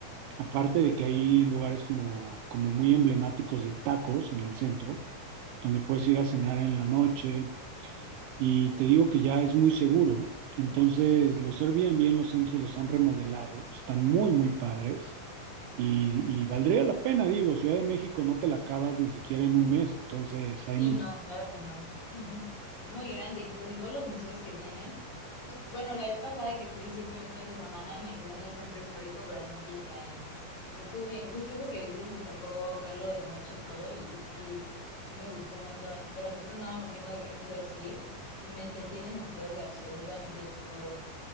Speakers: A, on the right; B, on the left.
A: aparte de que hay lugares como, como muy emblemáticos de tacos en el centro, donde puedes ir a cenar en la noche, y te digo que ya es muy seguro. Entonces, los Airbnb en los centros los han remodelado, están muy, muy padres y, y valdría la pena, digo, Ciudad de México no te la acabas ni siquiera en un mes, entonces hay
B: Sí,
A: mucho.
B: no, claro que no. Es muy grande y con todos los museos que tienen. Pues, bueno, la vez pasada que fui, sí fui un fin de semana y me quedé en el centro histórico, pero en un fiestaín. Y estuvo bien, justo eso que dices, nos tocó verlo de noche todo y, sí, sí me gustó un montón. Pero justo andábamos viendo a qué museos ir. No inventes, tienen museos de absolutamente todo.